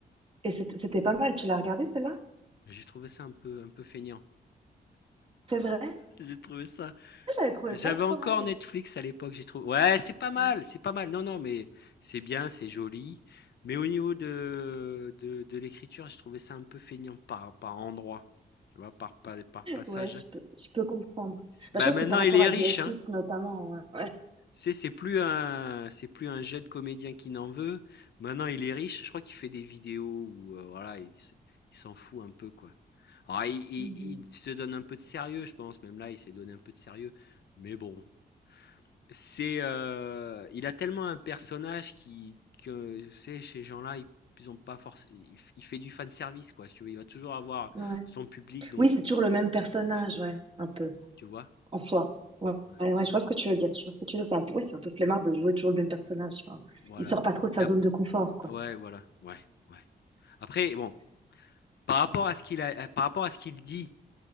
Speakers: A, on the right (about 30°); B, on the left (about 70°).
A: Et c'était c'était pas mal. Tu l'as regardé, celle-là?
B: J'ai trouvé ça un peu, un peu feignant.
A: C'est vrai?
B: J'ai trouvé ça.
A: Je l'avais trouvé
B: J'avais
A: pas trop
B: encore
A: mal.
B: Netflix à l'époque. J'ai trouvé. Ouais, c'est pas mal,
A: Ouais.
B: c'est pas mal. Non, non, mais c'est bien, c'est joli. Mais au niveau de, de, de l'écriture, j'ai trouvé ça un peu feignant par, par endroit. Tu vois, par, par, par passage.
A: Ouais, je peux, je peux comprendre.
B: Bah
A: Bah, je pense
B: maintenant,
A: que par rapport
B: il est
A: à
B: riche,
A: The Office,
B: hein.
A: notamment, ouais. Ouais.
B: C'est c'est plus un c'est plus un jeune comédien qui n'en veut. Maintenant, il est riche. Je crois qu'il fait des vidéos où euh, voilà, il, s- il s'en fout un peu quoi. Alors, il, il-
A: Mhm.
B: il se donne un peu de sérieux, je pense. Même là, il s'est donné un peu de sérieux. Mais bon, c'est euh, il a tellement un personnage qui que tu sais, ces gens-là, ils, ils ont pas force. Il, f- il fait du fan service quoi. si tu veux, il va toujours avoir
A: Ouais.
B: son public, donc
A: Oui, c'est
B: euh,
A: toujours le même personnage, ouais, un peu,
B: tu vois.
A: en soi. Ouais,
B: Ouais.
A: ouais, ouais, je vois ce que tu veux dire. Je vois ce que tu veux dire. C'est un peu, ouais, c'est un peu flemmard de jouer toujours le même personnage. Enfin,
B: Voilà.
A: il sort pas trop de
B: Il
A: sa
B: a
A: zone de confort,
B: ouais,
A: quoi.
B: voilà. Ouais, ouais. Après bon, par rapport à ce qu'il a euh, par rapport à ce qu'il dit,